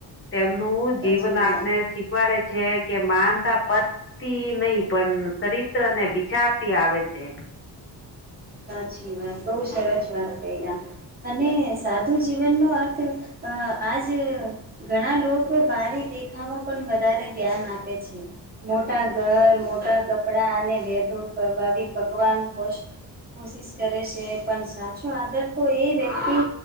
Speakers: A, on the left (about 30°); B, on the right (about 20°).
A: તેમનું
B: સાચી
A: જીવન આપને
B: વાત
A: શીખવાડે છે કે માનતા પ તિ નહ પણ ચરિત્ર અને વિચારથી આવે છે.
B: સાચી વાત બહુ સરસ વાત કહી આ અને સાધું જીવનનો અર્થ અ આજ ઘણા લોકો બારી દેખાવા પણ વધારે ધ્યાન આપે છે મોટા ઘર મોટા કપડા અને વેધુ કરવાી પકવાન કોશિશ કરે છે પણ સાચો આદર તો એ વ્યક્તિ